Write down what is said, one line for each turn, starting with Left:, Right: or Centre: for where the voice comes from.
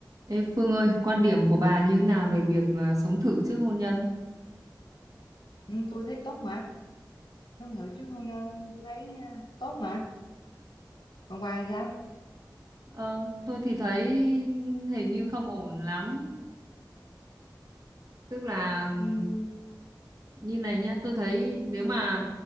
Right: Ê Phương ơi, quan điểm của bà như thế nào về việc à, sống thử trước hôn nhân?
Left: Ừ, tôi thấy tốt mà tôi thử chứ hôn nhân tôi thấy à, tốt mà còn bài sao
Right: Ờ, tôi thì thấy hình như không ổn lắm. Tức là ừm,
Left: ừ
Right: như này nhá, tôi thấy nếu mà
Left: ừ